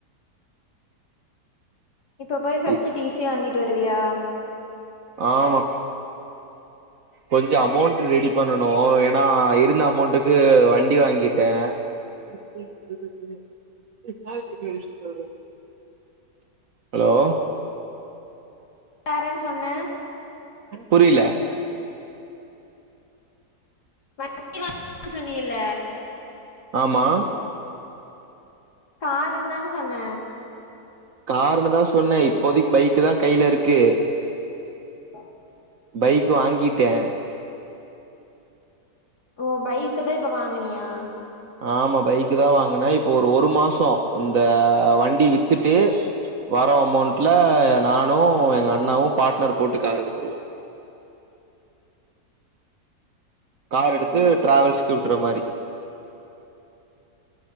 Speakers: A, on the left; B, on the right.
A: இப்ப போய் ஃபர்ஸ்ட்
B: இ
A: டி சி வாங்கிட்டு வருவியா
B: ஆமா
A: <inaudible>
B: கொஞ்ச அமௌண்ட் ரெடி பண்ணனு ஏன்னா இருந்த அமௌண்ட்டுக்கு வண்டி வாங்கிட்டே <unintelligible> ஹலோ
A: பேரன் சொன்னே
B: புரில
A: வண்டி வாங் <unintelligible> சொன்னியல்ல
B: ஆமா
A: காருன்னு தான சொன்ன
B: கார்ன்னுதா சொன்னே இப்போதைக்கு பைக்கு தா கையில இருக்கு
A: ஆஹ்
B: பைக் வாங்கிட்டே
A: ஓ பைக்கு தா இப்ப வாங்கினியா
B: ஆமா பைக்கு தா வாங்குனே இப்போ ஒரு ஒரு மாசோ இந்த வண்டி வித்துட்டு வர அமௌண்ட்டுல நானு எங்க அண்ணாவு பார்ட்னர் போட்டு கார் எடுத்துடுவோ கார் எடுத்து
A: ஓ
B: டிரராவல்ஸ் க்கு விட்டுற மாரி